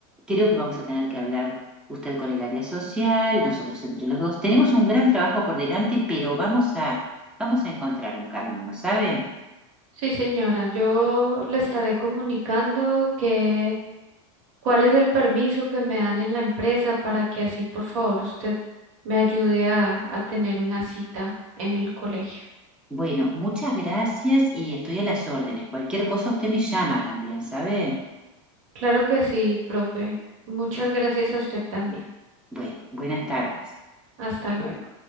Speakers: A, in the centre; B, on the right (about 80°).
A: creo que vamos a tener que hablar usted con el área social, nosotros entre los dos. Tenemos un gran trabajo por delante, pero vamos a, vamos a encontrar un camino, ¿sabe?
B: Sí, señora, yo le estaré comunicando que cuál es el permiso que me dan en la empresa para que así, por favor, usted me ayude a, a tener una cita en el colegio.
A: Bueno, muchas gracias y estoy a las órdenes. Cualquier cosa usted me llama también, ¿sabe?
B: Claro que sí, profe. Muchas
A: Bueno,
B: gracias a usted también.
A: bueno, buenas tardes.
B: Hasta luego.